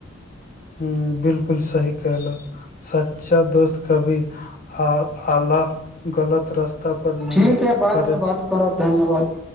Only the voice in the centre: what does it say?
ठीक य बादमे
बात करब धन्यवाद